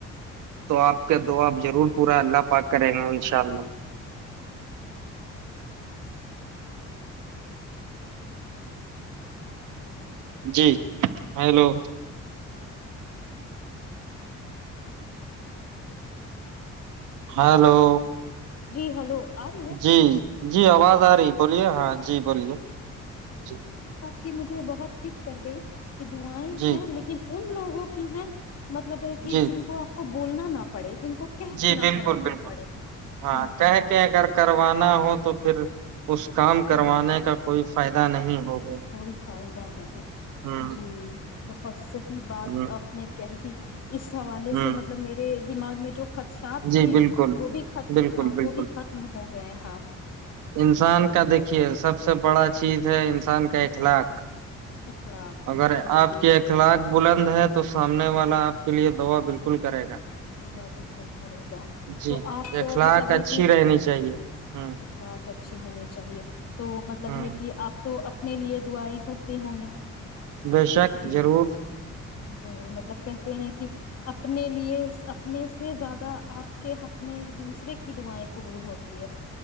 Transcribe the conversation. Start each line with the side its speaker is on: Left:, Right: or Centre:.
Right: تو آپ کا دعا ضرور پورا اللہ پاک کریں گا انشاء اللہ جی ہیلو ہیلو
Left: <inaudible> جی ہلو آ رہی ہے
Right: جی جی آواز آ رہی بولیے ہاں جی بولیے جی
Left: کہ مجھے بہت ہٹ کر گئی کہ دعیں
Right: جی
Left: ہیں لیکن ان لوگوں کی ہے مطلب ہے کہ
Right: جی
Left: جن کو کو بولنا نہ پڑے جن کو کہہ
Right: جی
Left: کے نہ
Right: بالکل
Left: کروانی
Right: بالکل
Left: پڑے
Right: بالکل ہاں
Left: ہوں
Right: کہہ
Left: ہوں
Right: کے اگر کروانا ہو تو پھر اس کام کروانے
Left: ہاں
Right: کا کوئی فائدہ نہیں ہوگا
Left: کوئی فائدہ نہیں
Right: ہوں
Left: جی بفصی بات
Right: ہ
Left: آپ نے کہہ دی ج اس حوالے سے
Right: ہ
Left: مطلب میرے دماغ میں جو خدشات
Right: جی
Left: تھے
Right: بالکل
Left: وہ بھی ختم
Right: بالکل
Left: ہاں
Right: بالکل
Left: وہ بھی ختم ہو گئے ہاں
Right: انسان
Left: وہ ختم
Right: کا دیکھیے
Left: ہو گیا
Right: سب سے بڑا چیز ہے انسان کا ایک پانچ لاکھ
Left: اخلاق
Right: اگر
Left: جی
Right: آپ
Left: جی
Right: کے اخلاق بلند ہے تو سامنے والا آپ کے لیے دوا بالکل کرے گا
Left: <unintelligible> کرے گا
Right: جی
Left: تو آپ تو
Right: اخلاق
Left: مطلب
Right: اچھی
Left: ہے کہ
Right: رہنی چاہیے ہوں
Left: اخلا اچھی ہونی چاہیے تو مطلب
Right: ہوں
Left: ہے کہ آپ تو اپنے لیے دعائیں کرتے ہوں گے
Right: بے شک
Left: جی
Right: ضرور
Left: ضرور مطلب کہتے ہیں کہ اپنے لیے اتنے سے زیادہ آپ کے حق میں ایک دوسرے کی دعائیں قبول ہوتی ہے